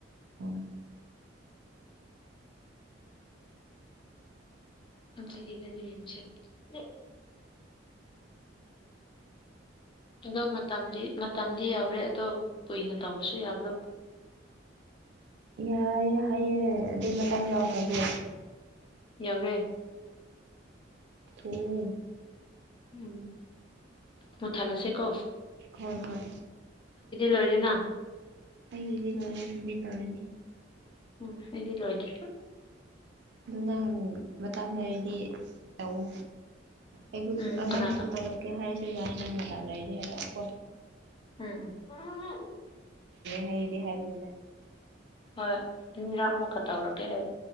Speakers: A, on the right; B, on the left.
A: ꯍꯣꯏ
B: ꯊꯪ ꯆꯍꯤꯗꯗꯤ ꯌꯦꯡꯁꯤ ꯏꯛ ꯑꯗꯣ ꯃꯇꯝꯗꯤ ꯃꯇꯝꯗꯤ ꯌꯥꯎꯔꯦ ꯑꯗꯣ ꯀꯨꯏꯅ ꯇꯧꯕꯁꯨ ꯌꯥꯕ꯭ꯔꯣ
A: ꯌꯥꯏ ꯍꯥꯏꯌꯦ ꯑꯗꯨ ꯃꯇꯝ ꯌꯧꯈ꯭ꯔꯗꯤ
B: ꯌꯥꯎꯔꯦ
A: ꯊꯨꯏꯌꯦ
B: ꯎꯝ ꯃꯨꯊꯥꯜꯂꯁꯦ ꯀꯣ
A: ꯍꯣꯏ ꯍꯣꯏ ꯑꯥ
B: ꯂꯣꯏꯔꯦꯅ
A: ꯑꯩꯒꯤꯗꯤ ꯂꯣꯏꯔꯦ ꯐꯨꯝꯕꯤ ꯇꯧꯔꯅꯤ
B: ꯎꯝ ꯑꯩꯗꯤ ꯂꯣꯏꯗ꯭ꯔꯤ
A: ꯑꯗꯨ ꯅꯪ ꯃꯇꯝ ꯂꯩꯔꯗꯤ ꯇꯧꯑꯣ ꯑꯩꯕꯨꯁꯨ
B: ꯎꯝ
A: ꯑꯉꯥꯡꯁꯨ
B: ꯀꯅꯥꯗ
A: ꯇꯧꯔꯛꯀꯦ ꯍꯥꯏꯁ ꯌꯥꯏ ꯅꯪ ꯃꯇꯝ ꯂꯩꯔꯗꯤ ꯍꯥꯏꯔꯛꯑꯣ ꯀꯣ
B: ꯎꯝ ꯎꯝ
A: ꯍꯥꯏꯗꯤ ꯍꯥꯏꯕꯅꯤꯗ
B: ꯍꯣꯏ ꯏꯟꯅꯤꯔꯛ ꯃꯨꯛ ꯀꯇꯧꯔꯛꯀꯦ ꯑꯩ